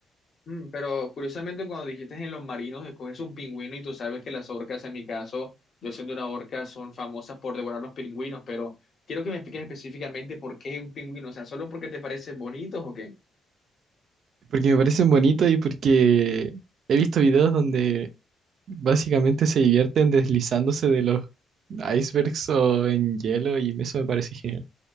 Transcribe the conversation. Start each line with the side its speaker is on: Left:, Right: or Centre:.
Left: mm, pero curiosamente cuando dijiste en los marinos, escoges un pingüino y tú sabes que las orcas, en mi caso, yo siendo una orca, son famosas por devorar los pingüinos, pero quiero que me expliques específicamente por qué un pingüino, o sea, ¿solo porque te parecen bonitos o qué?
Right: Porque me parecen bonitos y porque he visto videos donde Básicamente se divierten deslizándose de los icebergs o en hielo y eso me parece genial.